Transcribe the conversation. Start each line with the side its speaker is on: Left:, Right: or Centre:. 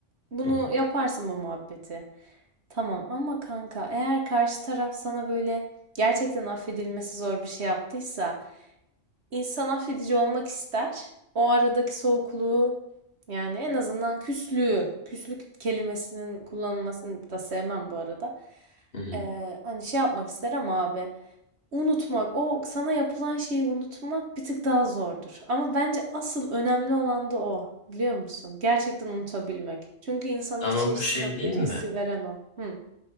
Right: Bunu
Left: Hı hı.
Right: yaparsın bu muhabbeti. Tamam ama kanka eğer karşı taraf sana böyle gerçekten affedilmesi zor bir şey yaptıysa İnsan affedici olmak ister. O aradaki soğukluğu yani en azından küslüğü, küslük kelimesinin kullanılmasını da sevmem bu arada.
Left: Hı hı.
Right: Ee, hani şey yapmak ister ama abi unutmak, o sana yapılan şeyi unutmak bir tık daha zordur. Ama bence asıl önemli olan da o. Biliyor musun? Gerçekten unutabilmek. Çünkü insanın
Left: Ama
Right: içerisinde
Left: bu şey
Right: o kötü
Left: değil mi?
Right: hissi veren o. Hı.